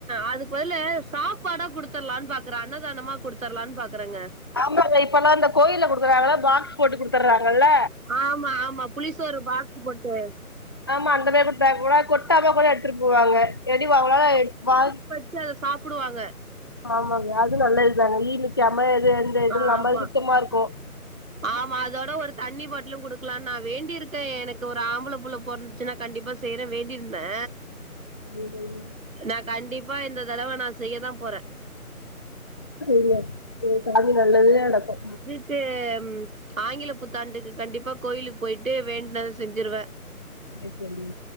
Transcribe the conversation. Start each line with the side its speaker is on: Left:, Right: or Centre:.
Right: அதுக்கு பதுல சாப்பாடா குடுத்தற்ளான் பா க்குறே அன்னதானமா குடுத்தர்லான் பாக்றேங்க
Left: ஆமாங்க இப்பெல்லா இந்த கோயில்ல குடுக்குறாங்கலா பாக்ஸ் போட்டு குடுத்தர்றாங்கல்ல
Right: ஆமா ஆமா புளி சோறு பாக்ஸ்ஸு போட்டு
Left: ஆமா அந்த மாரி குடுத்தா கூட கொட்டாம கூட எடுத்துட்டு போவாங்க இல்லாட்டி வா அவுங்களால வா
Right: ட்ல அத சாப்புடுவாங்க
Left: ஆமாங்க அது நல்லதுதானே ஈ மிக்கமா எது இதுவு
Right: ஆமா
Left: இல்லாம சுத்தமா இருக்கு
Right: ஆமா அதோட ஒரு தண்ணி பாட்லு குடுக்லான் நா வேண்டிருக்கே எனக்கு ஒரு ஆம்பள புள்ள பொறந்துச்சுன்னா கண்டிப்பா செய்றே வேண்டியிருந்தே
Left: <inaudible>
Right: நா‌ கண்டிப்பா இந்த தடவ நா செய்யதா போறே
Left: <inaudible> சாமி நல்லதே நடக்கு
Right: க்கு ம் ஆங்கில புத்தாண்டுக்கு கண்டிப்பா கோய்லுக்கு போயிட்டு வேண்டுனத செஞ்சிருவே
Left: சேர் தோழி